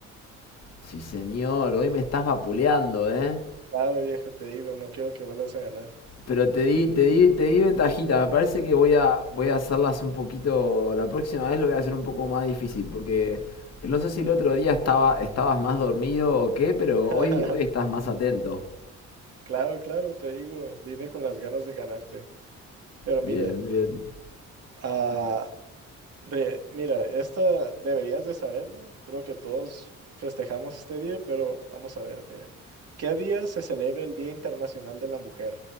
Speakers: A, on the left (about 55°); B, on the right (about 55°).
A: Sí, señor, hoy me estás vapuleando, ¿eh?
B: Claro, viejo, te digo, no quiero que vuelvas a ganar.
A: Pero te di, te di, te di ventajita. Me parece que voy a, voy a hacerlas un poquito. La próxima vez lo voy a hacer un poco más difícil. Porque eh, no sé si el otro día estaba, estabas más dormido o qué, pero
B: <laughs>
A: hoy, hoy estás más atento.
B: Claro, claro, te digo, vine con las ganas de ganarte. Pero
A: Bien,
B: mira,
A: bien.
B: ah, re- mira, esta deberías de saberla. Creo que todos festejamos este día, pero vamos a ver, mira. ¿Qué día se celebra el Día Internacional de la Mujer?